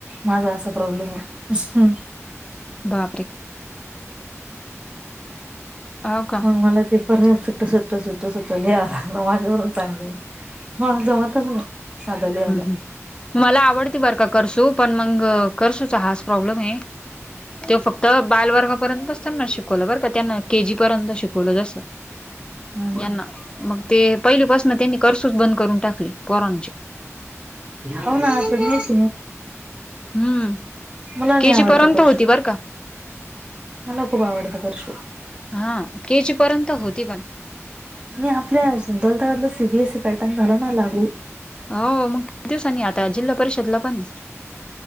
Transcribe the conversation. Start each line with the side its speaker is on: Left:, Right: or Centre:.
Right: माझा असा प्रॉब्लेम आहे
Left: बापरे हो का
Right: <inaudible> परत सुट्ट सुट्टं सुट्टं सुट लिहायं लागलं माझ्यावरून चांगलं मला जमतच नाही साधं लिहायला
Left: ह ह मला आवडती बरं का करसू पण मग करसुचा हाच प्रॉब्लेम आहे तो फक्त बाल वर्गापर्यंतच त्यांना शिकवलं बरं का त्यांना के जी पर्यंत शिकवलं
Right: हम्म
Left: यांना मग ते पहिलीपासून त्यांनी कर्सूच बंद करून टाकली पोरांची
Right: हो ना आता येच
Left: हम्म
Right: मला नाही
Left: के जी
Right: आवडत
Left: पर्यंत
Right: करसु
Left: होती बर का
Right: मला खूप आवडत करसु
Left: हा के जी पर्यंत होती पण
Right: आणि आपल्या दौलताबादला सीबीएससी पॅटर्न झाला ना लागू
Left: हो मग किती दिवसांनी आता जिल्हा परिषदला पण